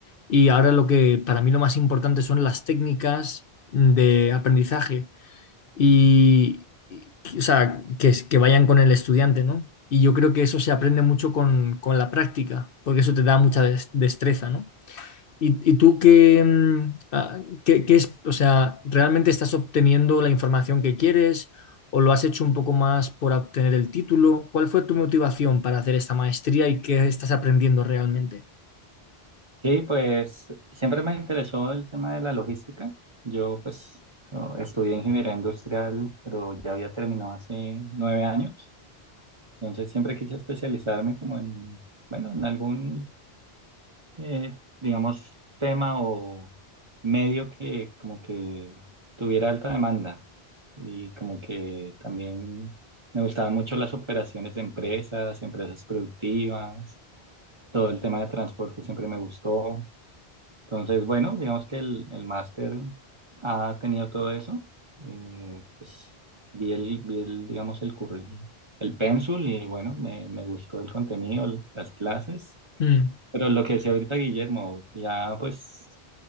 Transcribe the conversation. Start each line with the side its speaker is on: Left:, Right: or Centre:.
Left: y ahora lo que para mí lo más importante son las técnicas de aprendizaje y, y- o sea, que, es- que vayan con el estudiante, ¿no? Y yo creo que eso se aprende mucho con, con la práctica, porque eso te da mucha des- destreza, ¿no? ¿Y, y tú qué, mm, ah, qué- qué es, o sea, realmente estás obteniendo la información que quieres o lo has hecho un poco más por obtener el título? ¿Cuál fue tu motivación para hacer esta maestría y qué estás aprendiendo realmente?
Right: Sí, pues siempre me interesó el tema de la logística. Yo pues no, estudié ingeniería industrial, pero ya había terminado hace nueve años. Entonces siempre quise especializarme como en, bueno, en algún eh, digamos, tema o medio que como que tuviera alta demanda y como que también me gustaban mucho las operaciones de empresas, empresas productivas, todo el tema de transporte siempre me gustó. Entonces, bueno, digamos que el, el máster ha tenido todo eso. Eh, pues vi el, vi el, digamos, el currículum, el pénsul y bueno, me, me gustó el contenido, las clases.
Left: Mm,
Right: Pero lo que decía ahorita Guillermo, ya pues